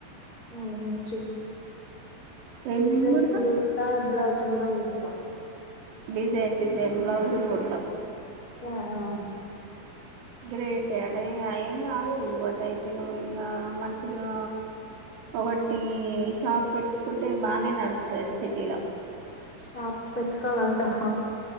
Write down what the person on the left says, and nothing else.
మ్మ్ వచ్చు
డ్రస్సులు
పాడ్ బ్లౌజ్ చుడ ఉ త
సార
షాప్ పెట్టుకోవాలంటా హ